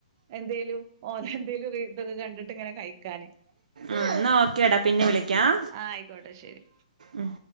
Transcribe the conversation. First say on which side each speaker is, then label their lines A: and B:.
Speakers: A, on the right (about 30°); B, on the right (about 80°).
A: എന്തേലും ഓന എന്തേലും റി ഇതൊക്കെ കണ്ടിട്ട് ഇങ്ങനെ കഴിക്കാന്
B: ആ നോക്കെടാ പിന്നെ വിളിക്കാം
A: ആ ആയിക്കോട്ടെ ശെരി
B: ഉം